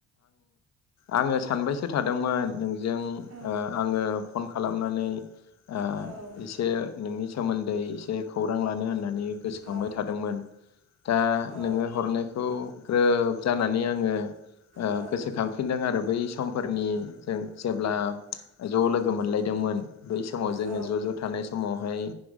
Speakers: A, on the left; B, on the right.
A: आंङो सानबायसो थादोंमोन नों जों ओ
B: औ
A: आंङो फन खालामनानै ओ‌
B: औ
A: एसे नोंनि सोमोन्दै एसे खौरां लानो होननानै गोसोखांबाय
B: औ
A: थादोंमोन दा
B: औ
A: नोंङो हरनायखौ ग्रोब जाना नै आंङो ओ
B: औ
A: गोसोखांफिनदों आरो बै सम फोरनि जों जेब्ला ज' लोगो मोनलायदोंमोन बै समाव जोङो
B: औ
A: जज थानाय समावहाय